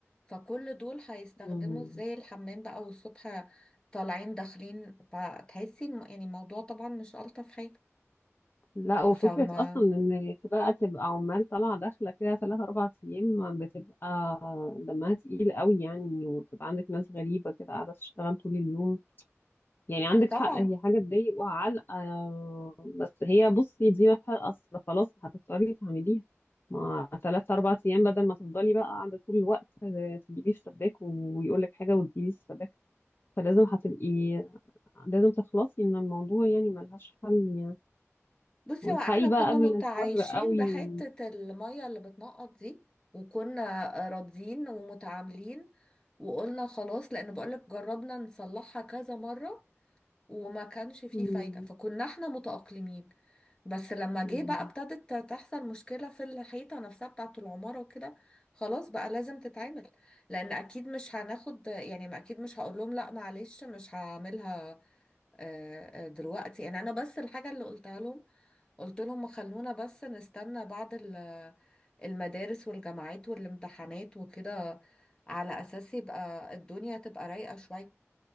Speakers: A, on the left; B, on the left.
A: فكل دول هيستخدموا
B: مم.
A: ازاي الحمام بقى والصبح طالعين داخلين فتحسي الم- يعني الموضوع طبعا مش الطف حاجه
B: لا وفكرة
A: فما
B: أصلا إن بقى تبقى عمال طالعة داخلة كده تلات أربع أيام بتبقى دمها تقيل قوي يعني وبتبقى عندك ناس غريبة كده قاعدة تشتغل طول اليوم يعني عندك
A: طبعا
B: حق هي حاجة تضايق وعلقة بس هي بصي دي ما فيها أصل خلاص هتضطري تعمليها ما تلات أربع أيام بدل ما تفضلي بقى قاعدة طول الوقت تجيبيه في سباك ويقولك حاجة وتجيبيه في سباك فلازم هتبقي لازم تخلصي من الموضوع يعني ملهاش حل يعني
A: بصي
B: والحقي
A: هو احنا كنا
B: بقى قبل
A: متعايشين
B: الحر قوي
A: بحتة المية اللي بتنقط دي وكنا راضيين ومتعاملين وقلنا خلاص لان بقولك جربنا نصلحها كذا مرة وما كانش فيه
B: مم.
A: فايدة فكنا احنا متأقلمين بس لما جه
B: مم.
A: بقى ابتدت تحصل مشكلة في الحيطة نفسها بتاعة العمارة وكده خلاص بقى لازم تتعمل لان اكيد مش هناخد يعني ما اكيد مش هقول لهم لا معلش مش هعملها آه، آه، دلوقتي يعني انا بس الحاجة اللي قلتها لهم قلت لهم خلونا بس نستنى بعد ال- المدارس والجامعات والامتحانات وكده على اساس يبقى الدنيا تبقى رايقة شوية